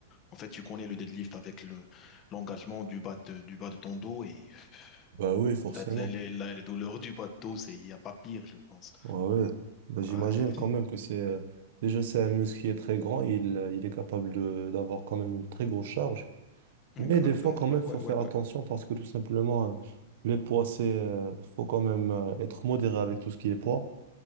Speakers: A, on the left; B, on the right.
A: en fait, tu connais le deadlift avec le l'engagement du bas de, du bas de ton dos et
B: Bah oui, forcément.
A: en fait, les, les, la- les douleurs du bas bateau, c'est, il n'y a pas pire, je pense.
B: Ouais, ouais. Bah, j'imagine
A: Ouais,
B: quand même que c'est. euh, Déjà, c'est un muscle qui est très grand. Il, euh, il est capable de, d'avoir quand même une très grosse charge.
A: exactement.
B: Mais des fois, quand même,
A: Ouais,
B: faut
A: ouais,
B: faire
A: ouais,
B: attention
A: ouais.
B: parce que tout simplement, euh, les poids, c'est. euh, faut quand même euh, être modéré avec tout ce qui est poids.